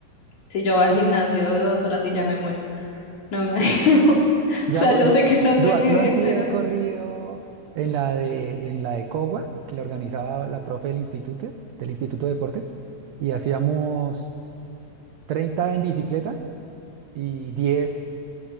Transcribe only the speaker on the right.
<laughs>
Yo
hago
du-
duatlón,
sí
he corrido en la de en la de Cogua, que la organizaba la profe del instituto, del Instituto de Deportes, y hacíamos 30 en bicicleta y 10